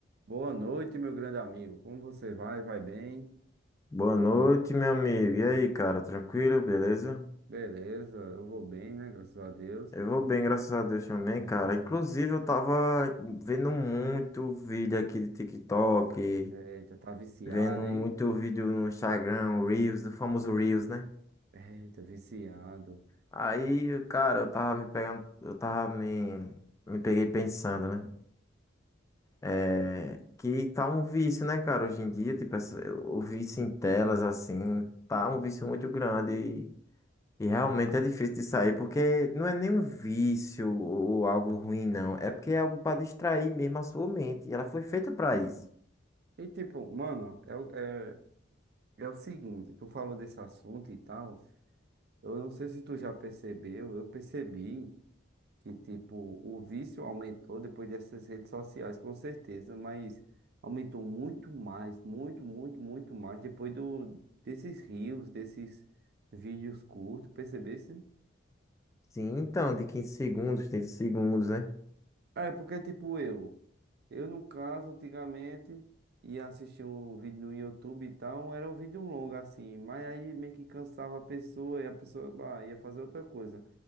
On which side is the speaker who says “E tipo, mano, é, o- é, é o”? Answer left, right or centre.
Right